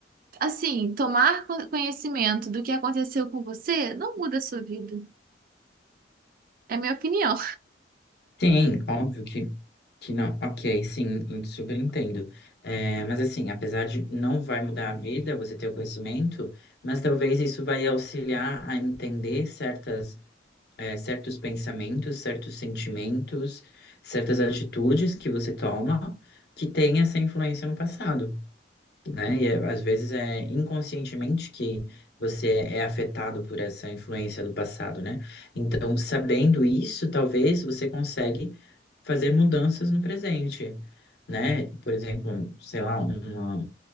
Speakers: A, on the right; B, on the left.
A: assim, tomar con- conhecimento do que aconteceu com você não muda a sua vida. É a minha opinião.
B: Tem, óbvio que, que não. Ok, sim, eu super entendo. É, mas assim, apesar de não vai mudar a vida você ter o conhecimento, mas talvez isso vai auxiliar a entender certas é, certos pensamentos, certos sentimentos, certas atitudes que você toma que tem essa influência no passado, né? E é- às vezes é inconscientemente que você é afetado por essa influência do passado, né? Então, sabendo isso, talvez você consegue fazer mudanças no presente. Né? Por exemplo, sei lá, uma,